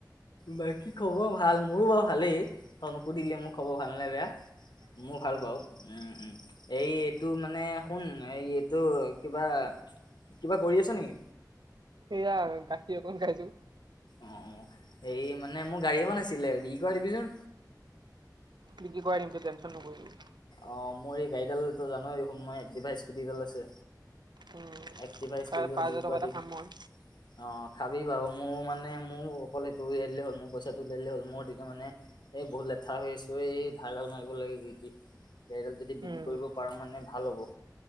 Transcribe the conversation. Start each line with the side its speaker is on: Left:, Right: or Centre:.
Left: বাকী খবৰ ভাল। মোৰো বাৰু ভালেই। তই নুসুধিলেয়ে মো খবৰ ভালনে বেয়া। মোৰ ভাল বাওঁ। উম, উম। এই এইটো মানে শুন, এই এইটো কিবা কিবা কৰি আছ নেকি?
Right: এইয়া গাখীৰ অকণ খাইছো।
Left: অ', অ', এই মানে মোৰ গাড়ী এখন আছিলে, বিক্ৰী কৰাই দিবিচোন।
Right: বিক্ৰী কাৰাই দিম, তই টেনচন নকৰিবি।
Left: অ', মোৰ এই গাড়ীডাল তই জানোৱেই দেখোন, মোৰ একটিভা স্কুটি এডাল আছে।
Right: উম
Left: একটিভা স্কুটিডাল
Right: পাঁচ হাজাৰ
Left: বিক্ৰী
Right: টকা
Left: কৰাই
Right: এটা
Left: দিয়া।
Right: খাম মই
Left: অ', খাবি বাৰু। মোৰ মানে মোৰ অকল হেইটো উলিয়াই দিলে হ'ল, মোৰ পইচাটো উলিয়াই দিলেই হ'ল। মোৰ তেতিয়া মানে এ বহুত লেঠা হৈ আছো ত এই ধাৰগাল মাৰিব লাগে যি কি গাড়ীডাল যদি বিক্ৰী
Right: উম
Left: কৰিব পাৰো মানে ভাল হ'ব।